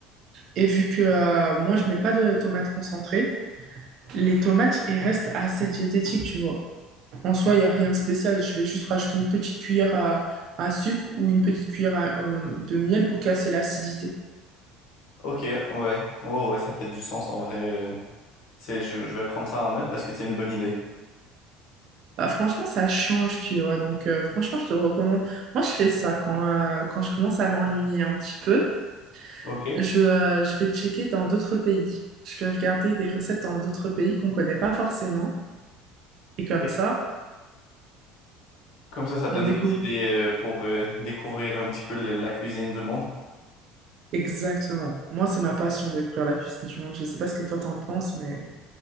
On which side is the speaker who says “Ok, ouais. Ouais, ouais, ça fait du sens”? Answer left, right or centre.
Left